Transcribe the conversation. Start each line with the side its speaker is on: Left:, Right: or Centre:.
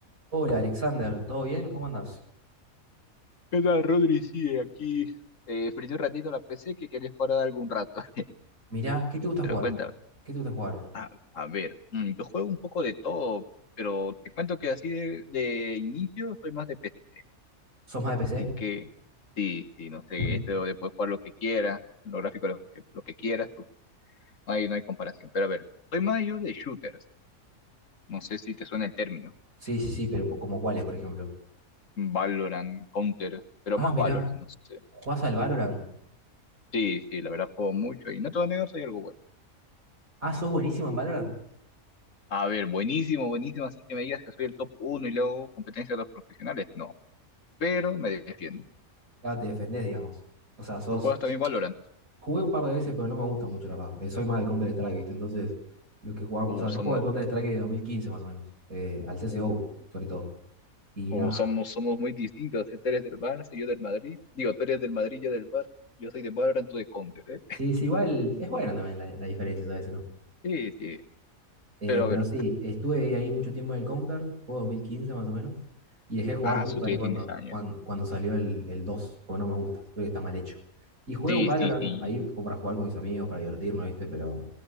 Right: Hola Alexander, ¿todo bien? ¿Cómo andas?
Left: ¿Qué tal, Rodri? Sí, aquí eh, prendí un ratito la PC que quería jugar algún rato. <laughs>
Right: Mirá, ¿qué te gusta jugar?
Left: Pero cuéntame.
Right: ¿Qué te gusta jugar?
Left: A, a ver, mm, yo juego un poco de todo, pero te cuento que así de, de inicio soy más de PC.
Right: ¿Sos más de PC?
Left: Así que sí, sí, no sé,
Right: Mm.
Left: esto de poder jugar lo que quieras, los gráficos lo que, lo que quieras, uf, no hay, no hay comparación. Pero a ver, soy más yo de shooters. No sé si te suena el término.
Right: Sí, sí, sí, pero po- como cuáles, por ejemplo.
Left: Valorant, Counter, pero
Right: Ah,
Left: más
Right: mirá,
Left: Valorant, no sé.
Right: ¿jugás al Valorant?
Left: Sí, sí, la verdad juego mucho y no te voy a negar, soy algo bueno.
Right: Ah, sos buenísimo en Valorant.
Left: A ver, buenísimo, buenísimo, así que me digas que soy el top uno y luego competencia de los profesionales. No, pero me defiendo.
Right: Ah, te defendés, digamos. O sea, sos...
Left: ¿Tú juegas también Valorant?
Right: Jugué un par de veces, pero no me gusta mucho, la verdad. Eh, soy más de Counter-Strike, ¿viste? Entonces, los que jugamos...
Left: Uh,
Right: O sea, yo
Left: somos,
Right: juego al Counter-Strike desde 2015, más o menos. eh, al CSGO,
Left: uh,
Right: sobre todo. Y
Left: uh,
Right: nada.
Left: somos, somos muy distintos. ¿eh? Tú eres del Barça, yo del Madrid. Digo, tú eres del Madrid, yo del Barça. Yo soy de Valorant, tú de Counter, ¿eh?
Right: Sí, sí, igual es bueno también la, la diferencia, ¿sabes?
Left: Sí, sí.
Right: Eh,
Left: Pero a
Right: pero
Left: ver,
Right: sí, estuve ahí mucho tiempo en el Counter, fue 2015 más o menos, y dejé de jugar
Left: ah,
Right: justo
Left: su tía
Right: ahí cuando,
Left: tienes años.
Right: cuando, cuando salió el, el 2 porque no me gusta, creo que está mal hecho. Y jugué
Left: Sí,
Right: un Valorant
Left: sí, sí.
Right: ahí como para jugar con mis amigos, para divertirnos, ¿viste? Pero,